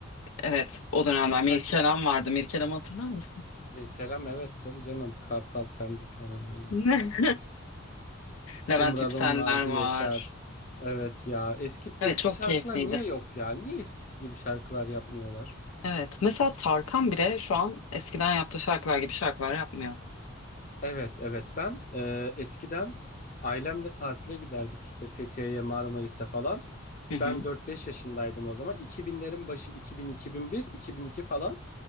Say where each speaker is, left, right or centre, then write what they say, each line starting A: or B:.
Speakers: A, on the left; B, on the left.
A: evet o dönemler
B: Yani herkes
A: Mirkelam vardı. Mirkelam'ı
B: evet.
A: hatırlar mısın?
B: Bir Kerem evet tabii canım. Kartal Pendik falan aynen.
A: <laughs> Evet.
B: Kumralım
A: Levent Yükseller
B: vardı
A: var.
B: Yaşar. Evet ya eski
A: Evet
B: eski
A: çok
B: şarkılar
A: keyifliydi.
B: niye yok ya? Niye eskisi gibi şarkılar yapmıyorlar?
A: Evet mesela Tarkan bile şu an eskiden yaptığı şarkılar gibi şarkılar yapmıyor.
B: Evet, evet. Ben e, eskiden ailemle tatile giderdik işte Fethiye'ye, Marmaris'e falan.
A: Hı hı.
B: Ben dört beş yaşındaydım o zaman. iki binlerin başı iki iki bin iki bin bir iki bin iki falan.